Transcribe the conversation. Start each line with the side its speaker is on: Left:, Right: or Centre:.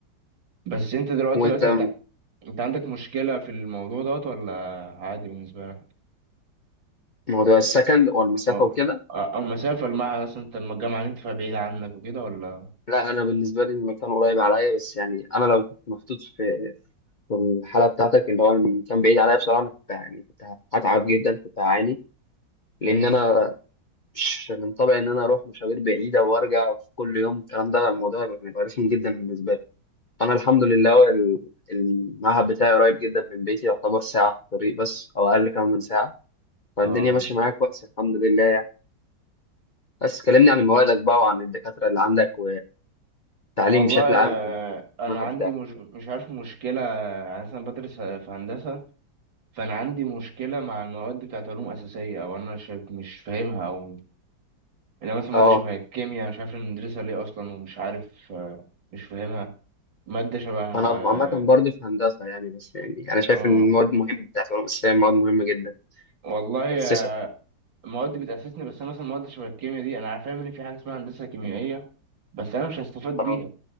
Right: بس انت دلوقتي
Left: وأنت
Right: مثلا
Left: م-
Right: انت انت عندك مشكله في الموضوع دوت ولا عادي بالنسبه لك
Left: موضوع السكن والمسافة
Right: اه
Left: وكده
Right: آه، المسافه المع مثلا انت الجامعه اللي انت فيها بعيده عنك وكده ولا
Left: لا أنا بالنسبة لي المكان قريب عليا بس يعني أنا لو كنت محطوط في في الحالة بتاعتك اللي هو المكان بعيد عليا بصراحة أنا كنت يعني كنت هتعب جدا كنت هعاني لأن
Right: امم
Left: أنا مش من طبعي إن أنا أروح مشاوير بعيدة وأرجع في كل يوم الكلام ده الموضوع هيبقى هيبقى رخم جدا بالنسبة لي انا الحمد لله هو ال- المعهد بتاعي قريب جدا من بيتي يعتبر ساعه في الطريق بس او اقل كمان من ساعه فالدنيا
Right: اه
Left: ماشيه معايا كويس الحمد لله يعني بس كلمني عن موادك بقى وعن الدكاتره اللي عندك والتعليم
Right: والله
Left: بشكل عام
Right: آه،
Left: في
Right: انا
Left: المعهد
Right: عندي
Left: بتاعك
Right: مش مش عارف مشكله انا مثلا بدرس في هندسه فانا عندي مشكله مع المواد بتاعت علوم اساسيه او انا شايف مش فاهمها او انا مثلا ماده
Left: اه
Right: شبه الكيمياء أنا مش عارف إن ندرسها ليه اصلا ومش عارف آه، مش فاهمها ماده شبه اه
Left: انا عامه برضه في هندسه يعني بس يعني انا شايف
Right: آه،
Left: ان المواد مهمه بتاعت العلوم الاسلاميه مواد مهمه جدا
Right: والله
Left: اسسك
Right: آه، مواد بتاسسني بس انا مثلا مواد شبه الكيمياء دي انا فاهم ان في حاجه اسمها هندسه كيميائيه بس انا مش هستفاد بيها
Left: اه